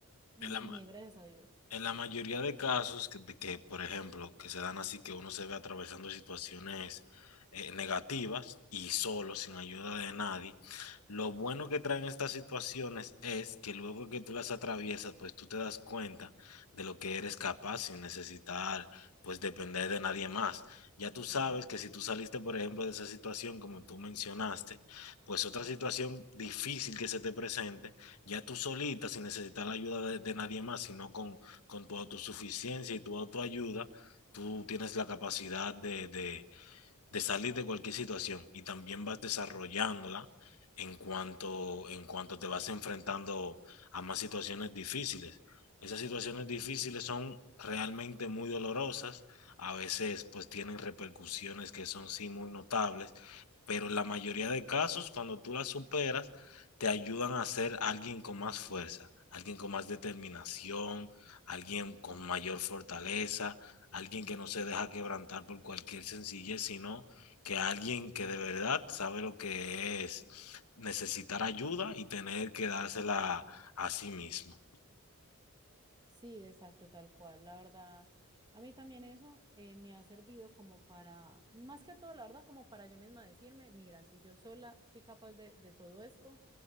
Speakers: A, on the right; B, on the left.
A: y
B: Es la,
A: bien, gracias a Dios.
B: En la mayoría de casos que, de que, por ejemplo, que se dan así que uno se ve atravesando situaciones eh, negativas y solo, sin ayuda de nadie, lo bueno que traen estas situaciones es que luego que tú las atraviesas, pues tú te das cuenta de lo que eres capaz sin necesitar, pues depender de nadie más. Ya
A: Ujú,
B: tú sabes que si tú saliste, por ejemplo, de esa situación, como tú mencionaste, pues otra
A: Exacto.
B: situación difícil que se te presente, ya tú solita, sin necesitar la ayuda de de nadie más, sino con con tu autosuficiencia y tu autoayuda, tú tienes la capacidad de, de de salir de cualquier situación y también vas desarrollándola en cuanto, en cuanto te vas enfrentando a más situaciones difíciles. Esas situaciones difíciles son realmente muy dolorosas, a veces pues tienen repercusiones que son sí muy notables, pero en la mayoría de casos cuando tú las superas te ayudan a ser alguien con más fuerza, alguien con más determinación, alguien con mayor fortaleza alguien
A: Ujú.
B: que no se deja quebrantar por cualquier sencillez, sino que alguien que de verdad sabe lo que es necesitar ayuda y tener que dársela a sí mismo.
A: Sí, exacto, tal cual. La verdad, a mí también eso eh, me ha servido como para, más que todo, la verdad, como para yo misma decirme, mira, si yo sola fui capaz de, de todo esto,